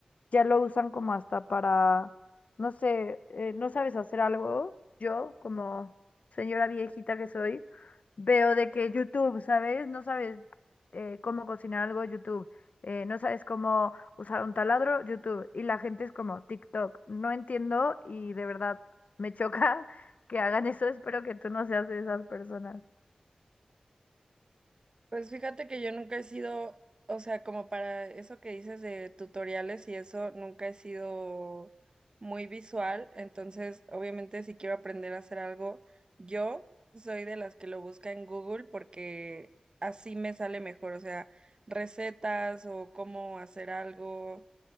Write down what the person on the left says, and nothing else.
ya lo usan como hasta para, no sé, eh, no sabes hacer algo. Yo, como señora viejita que soy, veo de que YouTube, ¿sabes? No sabes eh, cómo cocinar algo, YouTube. Eh, no sabes cómo usar un taladro, YouTube. Y la gente es como TikTok. No entiendo y de verdad me choca <laughs> que hagan eso. Espero que tú no seas de esas personas.